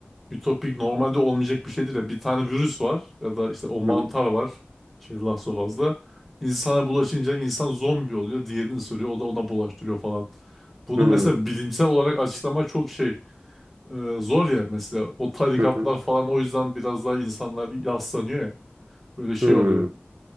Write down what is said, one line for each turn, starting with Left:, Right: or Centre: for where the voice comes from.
Centre: Ütopik normalde olmayacak bir şeydir ya. Bir tane virüs var ya da işte o mantar
Right: Hı
Centre: var. Şey Last of Us'da. İnsana bulaşınca insan zombi oluyor. Diğerini ısırıyor. O da ona bulaştırıyor falan. Bunu
Right: hı
Centre: mesela bilimsel olarak açıklamak çok şey e, zor ya. Mesela o tarikatlar
Right: hı
Centre: falan o yüzden biraz daha insanlar yaslanıyor ya. Böyle şey
Right: hı hı
Centre: oluyor.